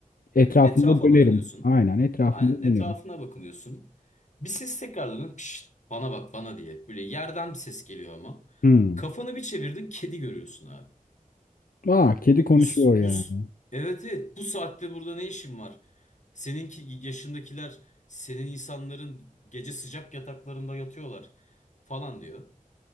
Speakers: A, on the left; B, on the left.
A: Etrafımda
B: Etrafa
A: dönerim.
B: bakınıyorsun.
A: Aynen etrafımda
B: Aynen etrafına
A: dönerim.
B: bakınıyorsun. Bir ses tekrar dönüyor. Pişt, bana bak bana diye. Böyle yerden bir ses geliyor ama.
A: Hı.
B: Kafanı bir çevirdin kedi görüyorsun abi.
A: Aa kedi konuşuyor
B: Bu, s-
A: yani.
B: bu, s- evet evet bu saatte burada ne işin var? Seninki yaşındakiler senin insanların gece sıcak yataklarında yatıyorlar falan diyor.